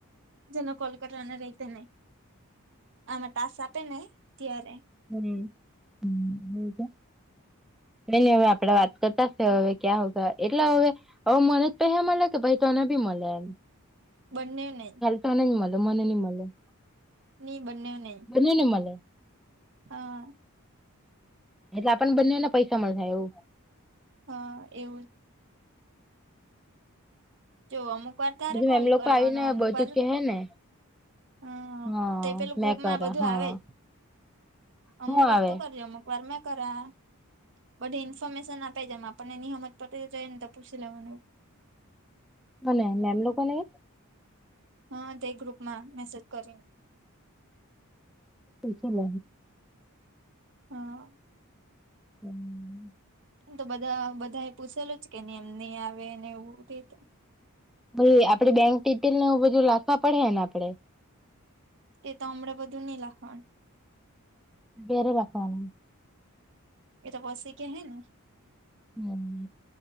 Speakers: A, on the right; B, in the centre.
A: જેનો કોલ કરવાને રહી ત નને આમાં તાસ આપે ને ત્યારે
B: હમ છે એની હવે આપડાે વાત કરતાશે હવે ક્યાં એટલે હવે હવે મને જ પૈસા મળે કે પછ તોને બી મળે એમ
A: બંને નહી
B: તણની મળલ મનની મળલ.
A: ન બન્ને્યો નહી.
B: બને નિમલ.
A: હા
B: એટલે આપને બંનેને પૈસા મળ થાય એવું.
A: હા એવું જ. તો અમુક વાર તારે
B: હજુ
A: કોલ
B: એમ લોકો
A: કરોનું
B: આવીને
A: અમુક
B: બધું
A: વાર.
B: કે હે ને
A: હમ
B: હા
A: તે પેલું
B: મેં
A: ગ્રુપમાં
B: કર
A: બધું
B: હા
A: આવે જ. અમુક
B: હું
A: વાર
B: આવે
A: તું કરલી અમુક વાર મેં કરા. બધી ઇન્ફોર્મેશન આપે છેમ આપણને નિનીહંમત પટે જાય ને તો પૂછી લેવાનું.
B: બ મે એમ લોકોને.
A: હા તે ગ્રુપ માં મેસેજ કરીને.
B: બજ લ.
A: હા.
B: હમ.
A: એમ તો બધા બધા એ પૂછેલું જ કે ન એમ નહી આવે ને એવું થ.
B: ભ આપડે બેંક ડિટેલને બધું લખવા પડે હે ને આપડે.
A: તે તો અમરા બધું ન લખ.
B: બેરે રાખવાનું.
A: એ તો પસેી કે હૈ ને.
B: હમ.